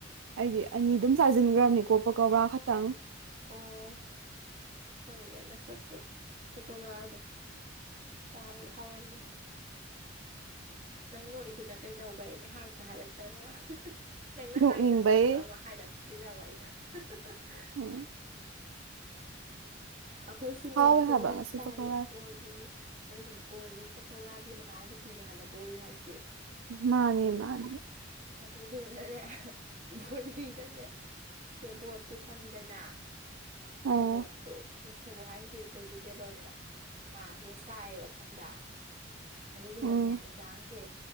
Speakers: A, on the right; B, on the right.
A: ꯑꯩꯗꯤ ꯑꯅꯤꯗꯨꯝ ꯆꯥꯁꯤꯟꯈ꯭ꯔꯕꯅꯤꯀꯣ ꯄꯀꯧꯔꯥ ꯈꯛꯇꯪ
B: ꯑꯣ ꯍꯣꯏꯅꯦ ꯅꯁꯛꯇꯣ ꯄꯀꯧꯔꯥꯗꯣ ꯆꯥꯕꯗ ꯍꯥꯎꯔꯝꯅꯤ ꯅꯪ ꯅꯣꯛꯏꯗꯨꯅ ꯀꯩꯗꯧꯕ ꯑꯩꯅ ꯍꯥꯏꯁꯨ ꯍꯥꯏꯔꯛꯇꯅ ꯍꯥ ꯍꯥ ꯅꯪꯅ
A: ꯅꯣꯛꯅꯤꯡꯕꯩ
B: ꯍꯥꯏꯗꯧ ꯃꯥꯟꯕ ꯑꯃ ꯍꯥꯏꯔꯛ ꯇ꯭ꯔꯤꯔꯕ ꯑꯩꯅ ꯍꯥ ꯍꯥ ꯍ
A: ꯎꯝ
B: ꯑꯩꯈꯣꯏꯁꯨꯅꯦ
A: ꯍꯥꯎꯋꯦ
B: ꯕꯣꯔꯤ
A: ꯍꯥꯏꯕ ꯉꯁꯤ
B: ꯆꯥꯏꯌꯦ
A: ꯄꯀꯧꯔꯥ
B: ꯕꯣ ꯕꯣꯔꯤ ꯑꯩꯈꯣꯏꯅ ꯕꯣꯔꯤ ꯄꯀꯧꯔꯥꯒꯤ ꯃꯅꯥꯎ ꯅꯨꯄꯤꯅꯦ ꯍꯥꯏꯕ ꯕꯣꯔꯤ ꯍꯥꯏꯁꯦ
A: ꯃꯥꯅꯦ ꯃꯥꯅꯦ
B: ꯑꯗꯨꯗꯨꯅꯅꯦ ꯕꯣꯔꯤꯗꯅꯦ ꯁꯦꯕꯣꯠꯇꯨ ꯈꯪꯉꯤꯗꯅ
A: ꯑꯣ
B: ꯁꯦꯕꯣꯠꯇꯣ <unintelligible> ꯁꯦꯕꯣꯠ ꯍꯥꯏꯁꯦ ꯚꯦꯖꯤꯇꯦꯕꯜꯅꯦꯕ ꯃꯥꯁꯤꯒ ꯆꯥꯏꯌꯦꯕ ꯈꯪꯕ꯭ꯔꯥ ꯑꯗꯨꯗꯨꯒꯅꯦ
A: ꯎꯝ
B: ꯏꯟꯁꯥꯡꯁꯦ